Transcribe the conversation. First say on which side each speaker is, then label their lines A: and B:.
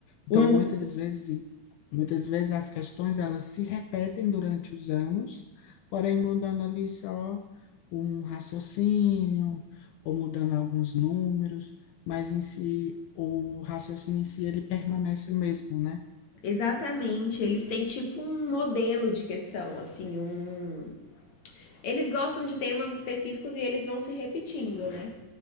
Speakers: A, on the left; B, on the left.
A: Então,
B: Hum,
A: muitas vezes, muitas vezes as questões elas se repetem durante os anos, porém mudando ali só um raciocínio ou mudando alguns números, mas em si o raciocínio em si ele permanece o mesmo, né?
B: exatamente. Eles têm tipo um modelo de questão, assim, um. Eles gostam de temas específicos e eles vão se repetindo, né?